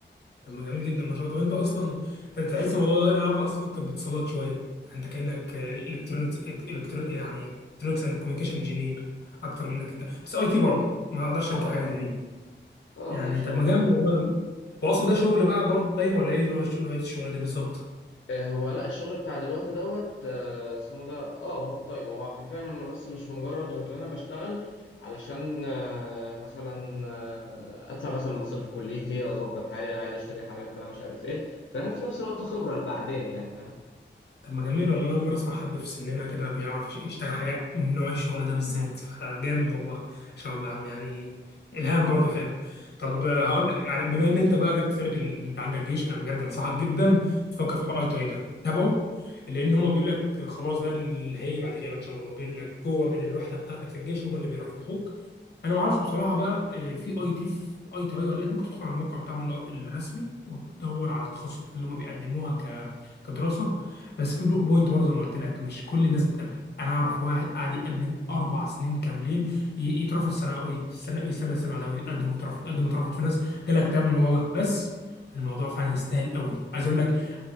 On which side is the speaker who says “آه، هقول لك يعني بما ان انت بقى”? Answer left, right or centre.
Left